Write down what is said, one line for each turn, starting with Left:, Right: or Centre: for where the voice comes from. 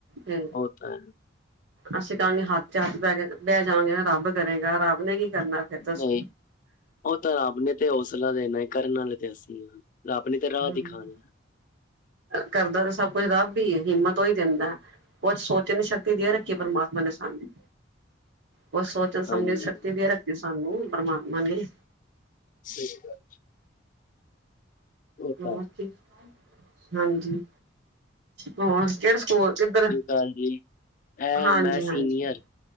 Right: ਹ
Left: ਉਹ ਤਾਂ ਹੈ
Right: ਅੱਸੀਂ ਕਹਾਂਗੇ ਹੱਥ ਤੇ ਹੱਥ ਬਹਿ ਬਹਿ ਜਾਂਗੇ ਰੱਬ ਕਰੇਗਾ ਰੱਬ ਨੇ ਹੀ ਕਰਨਾ ਫਿਰ ਦੱਸੋ
Left: ਨਹੀਂ ਉਹ ਤਾਂ ਰੱਬ ਨੇ ਤੇ ਹੌਸਲਾ ਦੇਣਾ ਕਰਨ ਵਾਲੇ ਤੇ ਅਸੀਂ ਆ ਰੱਬ ਨੇ ਤੇ
Right: ਹਮ
Left: ਰਾਹ ਦਿਖਾਨੀ
Right: ਕਰਦਾ ਤਾਂ ਸਭ ਕੁੱਛ ਰੱਬ ਈ ਐ ਹਿੰਮਤ ਓਈ ਦਿੰਦਾ ਕੁੱਛ ਸੋਚ ਨੀ ਸ਼ਕ ਤੀ ਦੇ ਰੱਖੀ
Left: ਹਾਂ,
Right: ਪਰਮਾਤਮਾ ਨੇ ਸਾਨੂੰ ਓ ਸੋਚਣ ਸਮਝਣ
Left: ਹਾਂਜੀ
Right: ਸ਼ਕਤੀ ਦੇ ਰੱਖੀ ਤੇ ਸਾਨੂੰ ਪਰਮਾਤਮਾ ਨੇ।
Left: ਸਹੀ ਗੱਲ ਉਹ
Right: ਜੋ
Left: ਤਾਂ
Right: ਮਰਜ਼ੀ
Left: ਹੈ।
Right: ਹਾਂਜੀ ਹੋਰ ਕੇੜਾ ਸਕੂਲ ਕਿੱਧਰ?
Left: ਹਾਂਜੀ ਐ
Right: ਹਾਂਜੀ
Left: ਮੈਂ ਸੀਨੀਅਰ
Right: ਹਾਂਜੀ